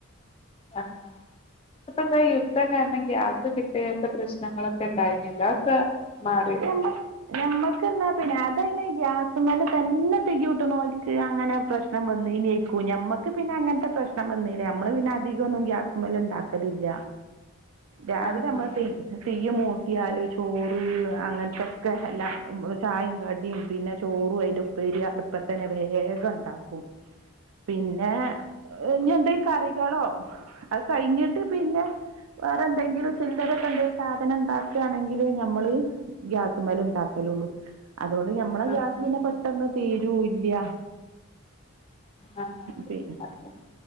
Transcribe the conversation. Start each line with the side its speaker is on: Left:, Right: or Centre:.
Left: ആഹ് അപ്പന്താ യുദ്ധം കാരണം ഗ്യാസ് കിട്ടിയാത്ത പ്രശ്നങ്ങളൊ. ക്കെ ണ്ടായിര്ന്നില്ലേ അഒക്കെ മാറി
Right: അല്ല ഞമ്മക്ക് ന്നാ പിന്നെ അതെന് ഗ്യാസ്മല് തന്നെ തിയ്യൂട്ടണോൽക്ക് അങ്ങനെ. പ്രശ്നം വന്നീനേക്കു ഞമ്മക്ക് പിന്നെ അങ്ങൻത്തെ പ്രശ്നം വന്നില്ല നമ്മള് പിന്നെ അധികൊന്നും ഗ്യാസ്മ്മല് ഇണ്ടാക്കലില്ല. രാവിലെ
Left: ആഹ്
Right: നമ്മള്
Left: ആഹ്
Right: തീ തീയ് മൂട്ടിയാലും ചോറ്. അങ്ങൻത്തെക്കെ എല്ലാ ചായിം കടിയും പിന്നെ ചോറും അയിന്റെ ഉപ്പേരി അടു പ്പതന്നെ വേഗം ഇണ്ടാക്കും. പിന്നെ
Left: ആഹ്
Right: എഹ് നിന്തെ കറികളോ അഹ്കഴിഞ്ഞിട്ട് പിന്നെ. വേറെ എന്തെങ്കിലും ചില്ലറക്കെന്തെലു സാധനം ഇണ്ടാക്കാണെങ്കില് നമ്മള് ഗ്യാസ്മ്മല് ഇണ്ടാക്കലൊള്ളൂ അതോണ്ട് ഞമ്മളെ
Left: ആഹ്
Right: ഗ്യാസ് പിന്നെ
Left: ആഹ് ആഹ്
Right: പെട്ടെന്ന് തീരൂല്യ.
Left: ആഹ്
Right: പിന്നെ
Left: അഹ്